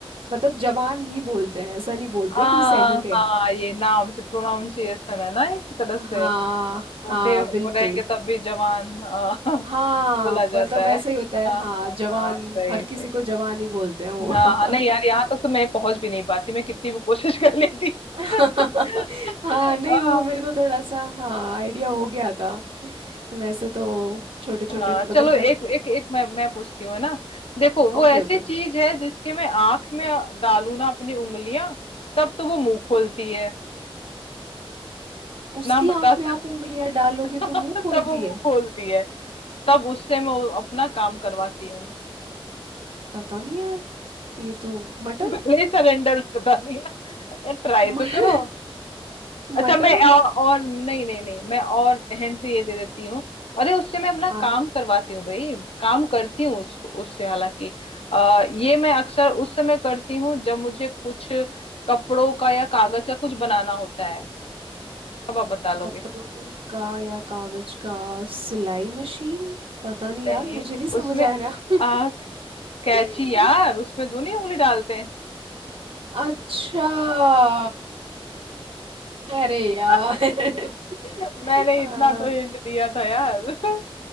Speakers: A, on the right; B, on the left.
A: मतलब जवान ही बोलते हैं ऐसा नहीं बोलते
B: आ,
A: कि सैनिक है
B: हाँ ये नाम से प्रोनाउंसिएशन है ना एक तरह से
A: हाँ
B: बूढ़े
A: हाँ
B: हो
A: बिल्कुल
B: रहेंगे तब भी जवान आ, <laughs> बोला
A: हाँ मतलब
B: जाता है
A: ऐसा ही होता
B: हाँ
A: है हाँ
B: हाँ
A: जवान
B: हाँ सही
A: हर
B: सही
A: किसी को जवान ही बोलते हैं वो
B: हाँ हाँ नहीं यार
A: <laughs>
B: यहाँ तक तो मैं पहुंच भी नहीं पाती मैं कितनी भी कोशिश कर लेती
A: <laughs>
B: <laughs> हाँ
A: हाँ नहीं वो मेरे को थोड़ा सा हाँ आइडिया हो गया था वैसे तो छोटे छोटे
B: हाँ
A: मतलब
B: चलो
A: घर
B: एक एक एक मैं मैं पूछती हूँ है ना देखो वो
A: Okay
B: ऐसी
A: okay
B: चीज है जिसके मैं आंख में डालू ना अपनी उंगलियां तब तो वो मुंह खोलती है
A: उसकी
B: नाम बता
A: आंख
B: सकते
A: में आप उंगलियां डालोगे
B: <laughs>
A: तो मुंह खोलती
B: तब वो मुंह
A: है
B: खोलती है तब उससे मैं अपना काम करवाती हूँ
A: पता नहीं यार ये तो मटर
B: <laughs> पहले ही सरेंडर बता दिया ट्राई
A: म-
B: तो करो अच्छा
A: <laughs>
B: मैं
A: मटर
B: और, और नहीं नहीं नहीं मैं और हैंड से ये दे देती हूँ अरे उससे मैं अपना
A: हाँ
B: काम करवाती हूँ भाई काम करती हूँ उस, उससे हालांकि आ, ये मैं अक्सर उस समय करती हूँ जब मुझे कुछ कपड़ों का या कागज का कुछ बनाना होता है अब आप बता लोगे
A: कपड़ों का या कागज का सिलाई मशीन पता नहीं
B: नहीं
A: यार मुझे नहीं समझ
B: उसमें
A: आ रहा
B: आ कैची
A: <laughs>
B: यार उसमें दो नहीं उंगली डालते हैं
A: अच्छा <laughs> अरे यार
B: <laughs>
A: <laughs>
B: <laughs> मैंने
A: अ,
B: इतना तो हिंट दिया था यार <laughs>